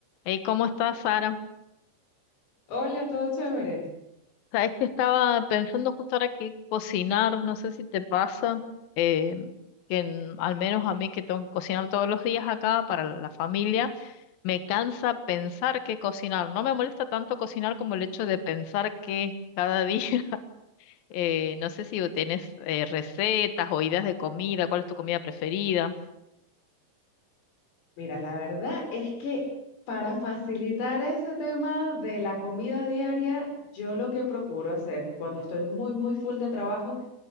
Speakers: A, on the left; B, on the left.
A: Hey, ¿cómo estás, Sara?
B: Hola, todo chévere.
A: Sabes que estaba pensando justo ahora que cocinar, no sé si te pasa, eh, que en- al menos a mí que tengo que cocinar todos los días acá para la familia, me cansa pensar que cocinar. No me molesta tanto cocinar como el hecho de pensar que cada día, <laughs> eh, no sé si tenés eh, recetas o ideas de comida, cuál es tu comida preferida.
B: Mira, la verdad es que para facilitar ese tema de la comida diaria, yo lo que procuro hacer cuando estoy muy, muy full de trabajo